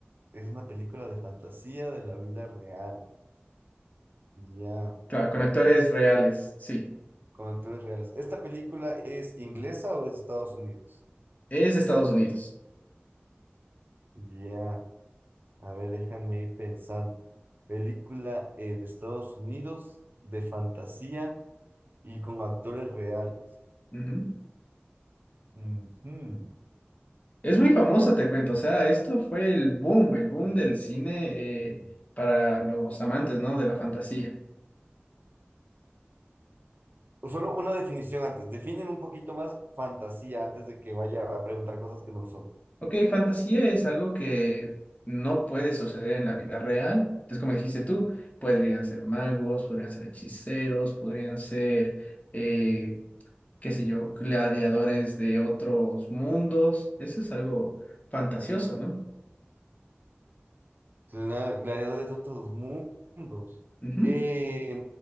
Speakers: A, on the right; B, on the left.
A: Es una película de fantasía de la vida real. Ya.
B: Claro, con actores reales, sí.
A: Con actores reales. ¿Esta película es inglesa o es de Estados Unidos?
B: Es de Estados Unidos.
A: Ya, a ver, déjame ir pensando. Película eh, de Estados Unidos, de fantasía y con actores reales.
B: Ujú.
A: Ujú.
B: Es muy famosa, te cuento. O sea, esto fue el boom, el boom del cine eh, para los amantes, ¿no? De la fantasía.
A: Solo una definición antes. Definen un poquito más fantasía antes de que vaya a preguntar cosas que no son.
B: Ok, fantasía es algo que no puede suceder en la vida real. Entonces, como dijiste tú, podrían ser magos, podrían ser hechiceros, podrían ser, eh, qué sé yo, gladiadores de otros mundos. Eso es algo fantasioso, ¿no?
A: Gla- Gladiadores de otros mundos.
B: Ujú.
A: Eh,